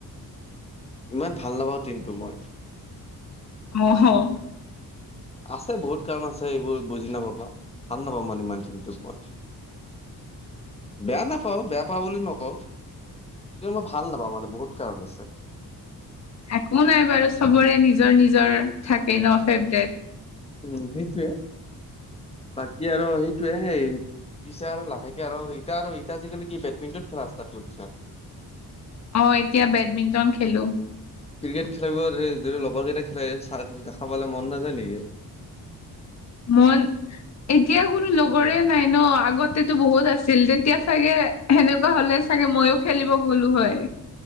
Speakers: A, on the left; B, on the left.
A: ইমান ভাল নাপাও টিমটো মই।
B: অ' হ'
A: আছে বহুত কাৰণ আছে এইবোৰ বুজি নাপাবা ভাল নাপাবা মান ইমান টিমটোক মই। বেয়া নাপাও বেয়া পাওঁ বুলি নকওঁ। কিন্তু মই ভাল নাপাওঁ মানে বহুত কাৰণ আছে।
B: একো নাই বাৰু চবৰে নিজৰ নিজৰ থাকে ন ফেভৰেট।
A: উম সেইটয়ে। বাকি আৰু সেই- টোৱে সেই পিছে আৰু লাহেকে আৰু এতিয়া আৰু এতিয়া আজিকালি কি বেডমিন্টন খেলা ৰাস্তাত কৰিছা? <inaudible>
B: অ এতিয়া বেডমিণ্টন খেলো।
A: ক্ৰিকেট খেলিব যদি লগৰ কেইটা খেলে দেখা পালে মন নাযায় নেকি?
B: মন, এতিয়া কোনো লগৰে নাই ন আগতেতো বহুত আছিল তেতিয়া চাগে- সেনেকুৱা হ'লে চাগে ময়ো খেলিব গলো হয়।